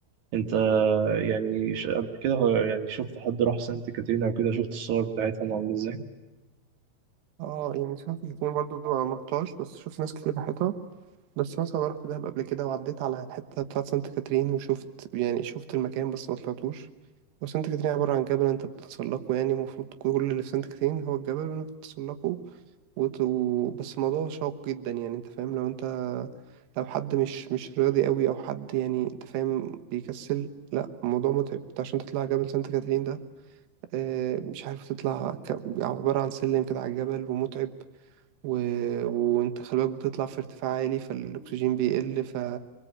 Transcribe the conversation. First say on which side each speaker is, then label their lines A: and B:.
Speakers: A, on the right (about 55°); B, on the right (about 85°).
A: أنت يعني ش- قبل كده يعني شفت حد راح سانت كاترين أو كده شفت الصور بتاعتهم عاملة إزاي؟
B: اه يعني سمعت الاتنين برضو ما رحتهاش بس شفت ناس كتير راحتها بس مثلا أنا رحت دهب قبل كده وعديت على الحتة بتاعت سانت كاترين وشفت يعني شفت المكان بس ما طلعتوش وسانت كاترين عبارة عن جبل انت بتتسلقه يعني المفروض كل اللي في سانت كاترين هو الجبل وانك بتتسلقه وت... و... بس الموضوع شاق جدا يعني انت فاهم لو انت لو حد مش مش رياضي قوي او حد يعني انت فاهم بيكسل لا الموضوع متعب انت عشان تطلع جبل سانت كاترين ده آه، مش عارف تطلع ك- عبارة عن سلم كده على الجبل ومتعب و... وانت خلي بالك بتطلع في ارتفاع عالي فالاكسجين بيقل ف